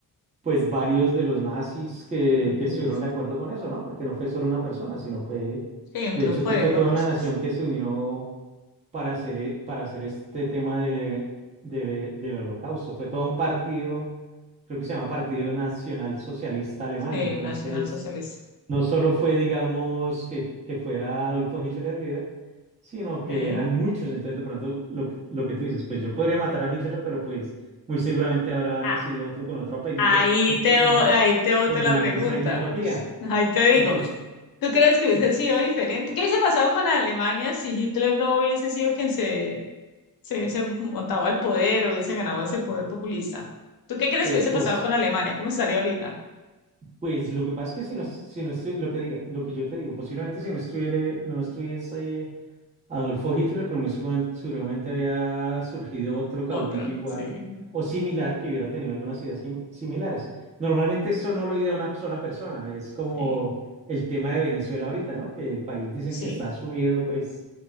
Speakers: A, on the right (about 20°); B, on the left (about 65°).
A: pues varios de los nazis que,
B: De los
A: que
B: líderes.
A: estuvieron de acuerdo con eso, ¿no? Porque no fue solo una persona, sino fue,
B: Sí, un
A: de
B: grupo
A: hecho, to-
B: de
A: fue
B: locos.
A: toda una nación que se unió para hacer, eh, para hacer este tema de, de- del holocausto. Fue todo un partido, creo que se llama Partido Nacional Socialista Alemán.
B: Sí,
A: Entonces,
B: nacionalsocialista.
A: no solo fue, digamos, que, que fuera Adolfo Hitler líder, sino
B: Ok.
A: que eran muchos. Entonces, de pronto, lo que, lo que tú dices, pues yo podría matar a Hitler, pero pues muy seguramente habrá
B: Ah,
A: nacido otro con otro apellido,
B: ahí
A: otro
B: te,
A: alemán,
B: bo- ahí te boto
A: con
B: la
A: la
B: pregunta.
A: misma ideología.
B: Ahí te digo.
A: Entonces,
B: ¿Tú crees que
A: eh,
B: hubiese sido diferente? ¿Qué hubiese pasado con Alemania si Hitler no hubiese sido quien se, se hubiese montado al poder o hubiese ganado ese poder populista? ¿Tú qué crees
A: pues,
B: que hubiese
A: pues
B: pasado con Alemania? ¿Cómo estaría ahorita?
A: Pues lo que pasa es que si no, si no estu- lo que diga, lo que yo te digo, posiblemente si no estuviera, no estuviese Adolfo Hitler, pero muy seguramente, seguramente había surgido otro caudillo
B: Otro.
A: igual
B: Sí.
A: o similar que hubiera tenido algunas ideas sim- similares. Normalmente eso no lo idea una sola persona, es como
B: Sí.
A: el tema de Venezuela ahorita, ¿no? Que el país dicen
B: Sí.
A: que está sumido, pues,